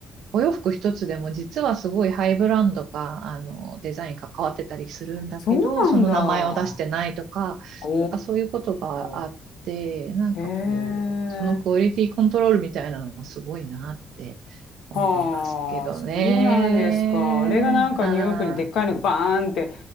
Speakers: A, on the right (about 70°); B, on the left (about 65°).
A: お洋服一つでも実はすごいハイブランドが、あの、デザイン関わってたりするんだけど、
B: そうなんだ。
A: その名前を出してないとか、
B: お
A: なんかそういうことがあって、
B: ー。
A: なんかこう、
B: へえ。
A: そのクオリティコントロールみたいなのもすごいなって思いますけどね。
B: はあ。そうなんですか。あれがなんかニューヨークにでっかいのがバーンって、
A: ああ、